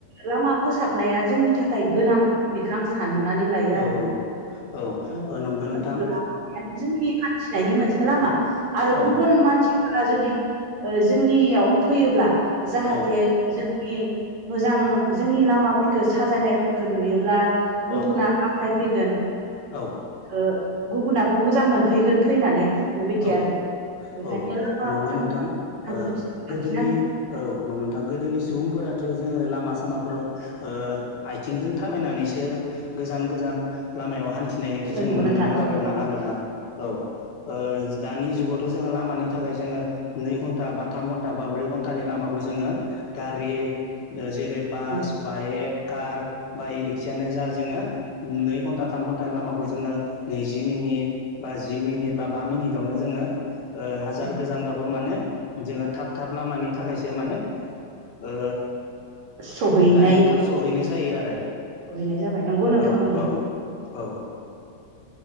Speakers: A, on the right (about 55°); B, on the left (about 60°).
A: लामा फोसाबनाया जोंनि थाखाय गोनां बेखो आं सा ननानै लायो आरोना।
B: औ औ
A: ओ
B: औ नंगौ नोंथां
A: होनब्ला जोंनि हा न्थिनायनि मोनसे लामा आरो
B: ओ
A: गुबुन मानसिफोरा जुदि ओ जोंनियाव फैयोब्ला जाहाथे
B: औ
A: जों नि मोजां जोंनि लामाफोरखो साजायनायफोरखो नुयोब्ला
B: औ
A: गुबुना बाख्नायफैगोन बेखो
B: औ
A: गुबुनाबो मोजां मोनफैगोन फैनानै। बेबायदि
B: औ
A: आरो बेखायनो
B: औ।
A: लामा
B: नंगौ नोंथां
A: आं
B: ओ
A: साबसिन
B: गोदोनि
A: लाखिनांगोन
B: औ नंगौ नोंथां गोदोनि सुबुंफोरा थ' जोङो लामा सामाफोराव ओ आथिंजों थाबायनानैसो गोजान गोजान लामायाव हान्थिनायखौ जों
A: नंगौ
B: नुनो
A: नोंथां
B: मोनोमोन
A: औ
B: आरोना
A: औ
B: आरोना औ दानि जुगावथ' जोङो लामानि थाखाय जोङो नै घन्टा बा थाम घन्टा बा ब्रै घन्टानि लामाखौ जोङो गारि जेरै- बास,
A: नंगौ
B: बाइक, कार बा इ रिक्सायानो जा जोङो नै घन्टा थाम घन्टानि लामाखौ जोङो नैजि मिनिट बा जि मिनिट बा बा मिनिटआवनो जोङो हाजार
A: उम
B: गोजानबाबो माने जोङो थाब थाब लामानि थाखायसो माने ओ
A: सहैनाय
B: दानिया थाब सहैनाय जायो आरो।
A: सहैनाय जाबाय नंगौ नोंथां
B: औ
A: नंगौ
B: औ औ।